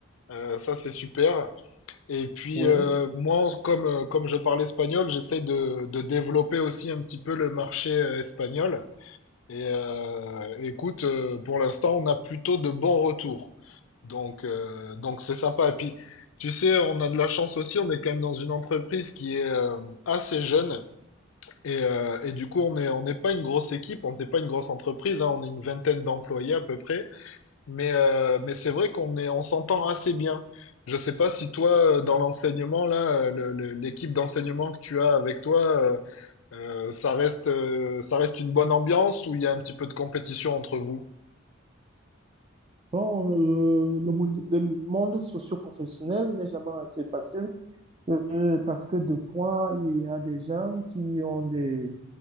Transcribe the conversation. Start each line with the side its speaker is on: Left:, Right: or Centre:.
Left: Euh, ça c'est super. Et puis
Right: Oui.
Left: euh, moi, comme euh, comme je parle espagnol, j'essaie de de développer aussi un petit peu le marché euh, espagnol. Et euh, écoute, euh, pour l'instant, on a plutôt de bons retours. Donc, euh, donc c'est sympa. Et puis, tu sais, on a de la chance aussi. On est quand même dans une entreprise qui est euh, assez jeune. Et, euh, et du coup, on est, on n'est pas une grosse équipe, on n'est pas une grosse entreprise. hein. on est une vingtaine d'employés à peu près. Mais, euh, mais c'est vrai qu'on est, on s'entend assez bien. Je sais pas si toi, euh, dans l'enseignement, là, euh, le- le- l'équipe d'enseignement que tu as avec toi, euh, euh, ça reste, euh, ça reste une bonne ambiance où il y a un petit peu de compétition entre vous.
Right: Bon, euh, le, mou- le monde socio-professionnel n'est jamais assez facile euh, parce que des fois, il y a des gens qui ont des,